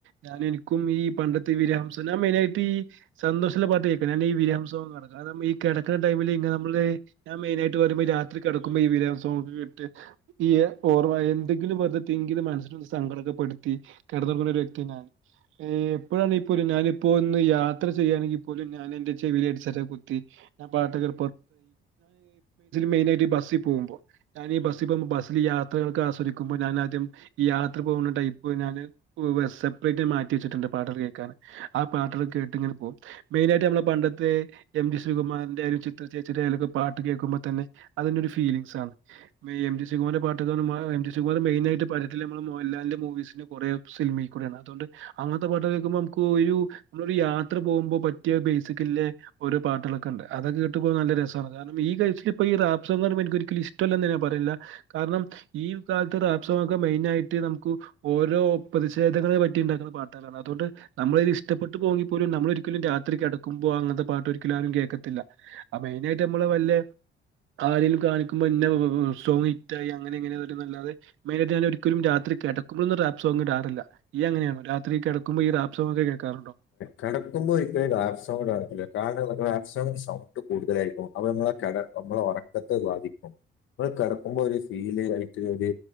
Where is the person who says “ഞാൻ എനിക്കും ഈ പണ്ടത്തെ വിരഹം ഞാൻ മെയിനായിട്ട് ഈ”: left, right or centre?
Right